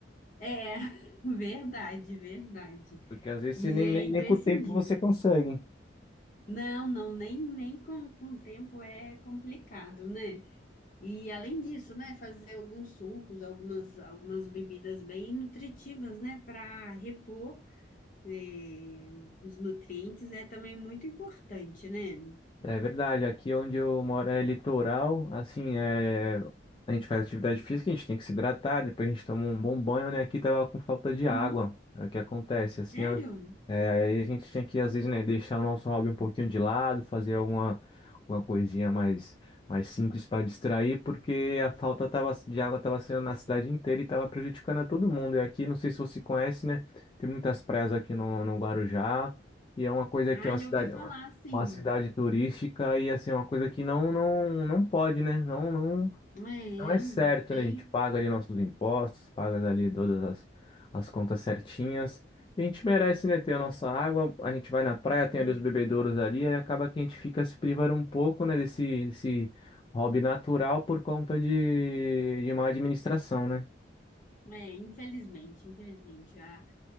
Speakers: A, on the left; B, on the left.
A: É, <laughs> verdade, verdade.
B: Porque às vezes
A: E
B: você nem,
A: é
B: nem,
A: imprescindível.
B: nem com o tempo você consegue.
A: Não, não, nem, nem com, com o tempo é complicado, né? E além disso, né, fazer alguns sucos, algumas, algumas bebidas bem nutritivas, né, para repor, eh, os nutrientes é também muito importante, né?
B: É verdade, aqui onde eu moro é litoral, assim, é... a gente faz atividade física, a gente tem que se hidratar, depois a gente toma um bom banho, né? Aqui tava com falta de
A: Uhum.
B: água, é o que acontece, assim,
A: Sério?
B: ó, é, aí a gente tinha que, às vezes, né, deixar o nosso hobby um pouquinho de lado, fazer alguma, alguma coisinha mais, mais simples para distrair, porque a falta tava, de água estava sendo na cidade inteira e estava prejudicando a todo mundo. E aqui, não sei se você conhece, né, tem muitas praias aqui no, no Guarujá, e é uma coisa
A: Ah,
B: que é uma
A: já
B: cidade
A: ouvi falar sim.
B: uma cidade turística e assim, uma coisa que não não não pode, né? Não não
A: É,
B: não é certo,
A: tem.
B: né? A gente paga ali nossos impostos, paga ali todas as, as contas certinhas. E a gente merece, né, ter a nossa água, a gente vai na praia, tem
A: É,
B: ali os bebedouros ali, aí acaba que a gente fica se privando um pouco, né, desse, desse hobby natural por conta de, de má administração, né?
A: é, infelizmente, infelizmente. A,